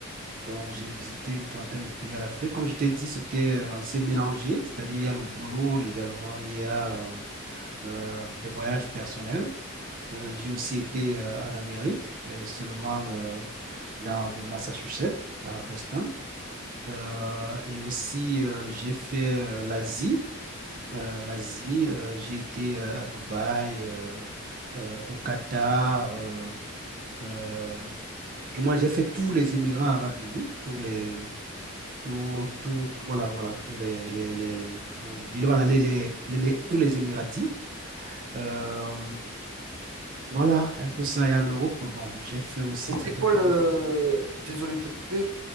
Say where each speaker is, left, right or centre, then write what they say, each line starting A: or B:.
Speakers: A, on the right (about 40°); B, on the right (about 80°).
A: Donc, j'ai visité une trentaine de pays en Afrique. Comme je t'ai dit, c'était euh, assez mélangé, c'est-à-dire il y a le boulot également, il y a euh, euh, des voyages personnels. Euh, j'ai aussi été euh, en Amérique, mais seulement euh, dans le Massachusetts, à Boston. Euh, et aussi, euh, j'ai fait euh, l'Asie. Euh, l'Asie, euh, j'ai été euh, à Dubaï, euh, euh, au Qatar. euh, euh, du moins, j'ai fait tous les Émirats arabes unis, tous les, tout,
B: On-
A: tout, tout- voilà, voilà, tous les, les, les- comment j'oublie, voilà, les, les, les- les- tous les Émiratis. Euh, Voilà, un peu ça. Et en Europe, bon, j'ai fait aussi
B: Et
A: certains
B: c'est quoi
A: pays.
B: le... Désolé de te couper.